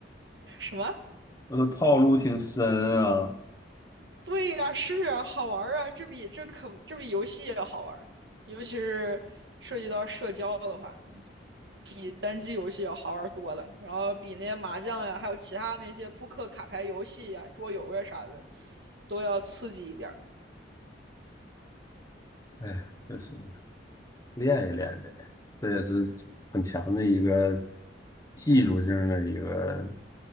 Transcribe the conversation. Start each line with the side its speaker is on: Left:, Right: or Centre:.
Right: 什么？
Left: 我的套路挺深啊，
Right: 对呀、是啊，好玩啊，这比这可这比游戏要好玩尤其是涉及到社交的话。比单机游戏要好玩多了，然后比那些麻将呀，还有其他那些扑克、卡牌游戏呀、桌游呀啥的，都要刺激一点儿。
Left: 哎呀，确实。练一练呗，这也是很强的一个技术性的一个